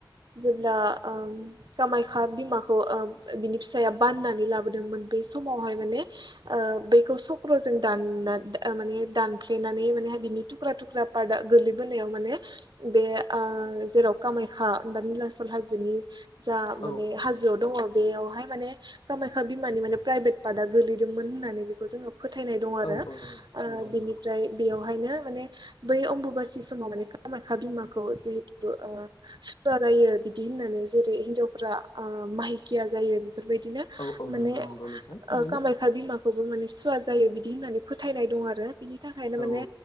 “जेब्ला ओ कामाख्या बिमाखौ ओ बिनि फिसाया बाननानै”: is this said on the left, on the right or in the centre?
Right